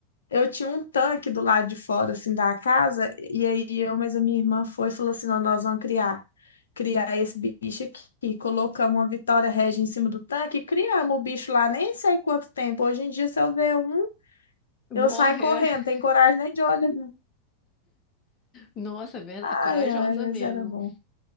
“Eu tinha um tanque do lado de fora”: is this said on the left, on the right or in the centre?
Left